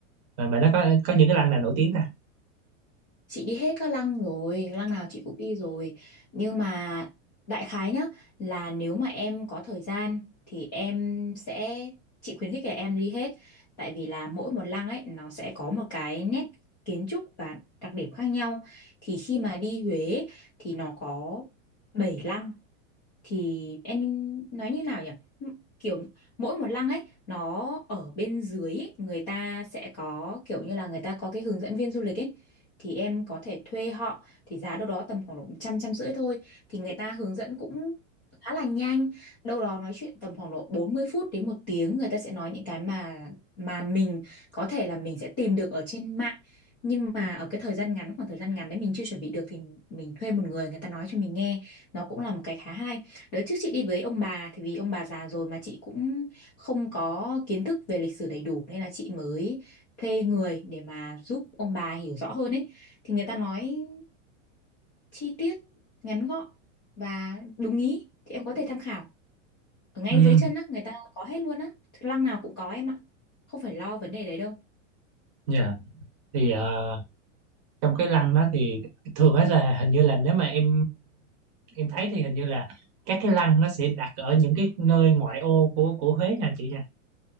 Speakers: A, on the right; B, on the left.
A: và, và nó có có những cái lăng nào nổi tiếng ta?
B: chị đi hết các lăng rồi lăng nào chị cũng đi rồi nhưng mà đại khái nhá là nếu mà em có thời gian thì em sẽ chị khuyến khích là em đi hết tại vì là mỗi một lăng ấy nó sẽ có một cái nét kiến trúc và đặc điểm khác nhau thì khi mà đi Huế thì nó có bảy lăng thì em nói như nào nhỉ M- kiểu mỗi một lăng ấy nó ở bên dưới ấy, người ta sẽ có kiểu như là người ta có cái hướng dẫn viên du lịch ấy thì em có thể thuê họ thì giá đâu đó tầm khoảng độ trăm trăm rưỡi thôi thì người ta hướng dẫn cũng khá là nhanh đâu đó nói chuyện tầm khoảng độ 40 phút đến một tiếng người ta sẽ nói những cái mà mà mình có thể là mình sẽ tìm được ở trên mạng nhưng mà ở cái thời gian ngắn khoảng thời gian ngắn đấy mình chưa chuẩn bị được thì mình thuê một người người ta nói cho mình nghe nó cũng là một cái khá hay Đợt trước chị đi với ông bà thì vì ông bà già rồi mà chị cũng không có kiến thức về lịch sử đầy đủ nên là chị mới thuê người để mà giúp ông bà hiểu rõ hơn ấy. Thì người ta nói chi tiết, ngắn gọn và đúng ý thì em có thể tham khảo. Ở ngay
A: Ừ,
B: dưới chân á, người ta có hết luôn á. Lăng nào cũng có em ạ. Không phải lo vấn đề đấy đâu.
A: dạ Thì ờ, trong cái lăng đó thì thường hết là hình như là nếu mà em em thấy thì hình như là các cái lăng nó sẽ đặt ở những cái nơi ngoại ô của của Huế nha chị nha